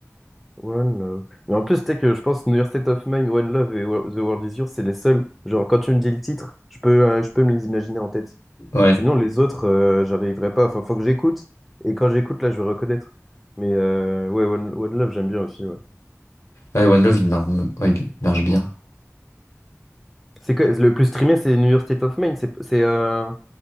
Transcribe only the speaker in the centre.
One Love. Mais en plus, tu sais que je pense New York State of Mind, One Love et Wo- The World Is Yours, c'est les seuls. Genre, quand tu me dis le titre, je peux, euh, je peux me les imaginer en tête.
Sinon, les autres, euh, j'arriverai pas. Enfin, faut que j'écoute. Et quand j'écoute, là, je vais reconnaître. Mais euh, ouais, One, One Love, j'aime bien aussi, ouais.
C'est que le plus streamé, c'est New York State of Mind. C'est c'est, euh,